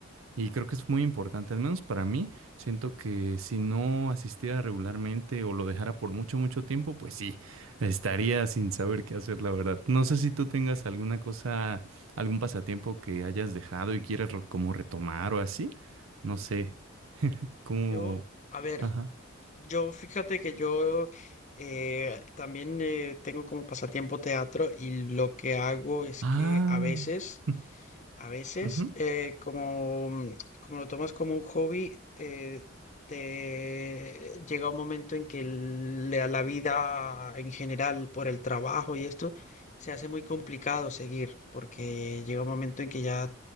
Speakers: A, on the right; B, on the left.
A: Y creo que es muy importante, al menos para mí, siento que si no asistiera regularmente o lo dejara por mucho, mucho tiempo, pues sí, estaría sin saber qué hacer, la verdad. No sé si tú tengas alguna cosa, algún pasatiempo que hayas dejado y quieras re- como retomar o así. No sé, como...
B: Yo, a ver,
A: Ajá.
B: yo, fíjate que yo eh, también eh, tengo como pasatiempo teatro y lo que hago es
A: Ah.
B: que a veces,
A: <laughs>
B: a veces,
A: ujú.
B: eh, como, mm, como lo tomas como un hobby, eh, te llega un momento en que el- la la vida en general por el trabajo y esto se hace muy complicado seguir, porque llega un momento en que ya